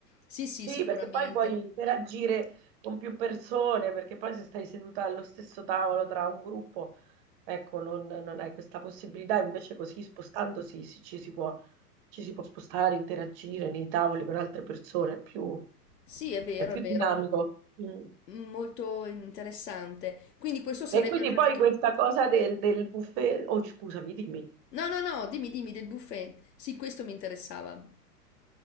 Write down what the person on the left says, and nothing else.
Sì, sì,
sicuramente.
Sì, è vero,
è vero.
Molto interessante. Quindi questo sarebbe
praticamente...
No, no, no, dimmi, dimmi del buffet. Sì, questo mi interessava.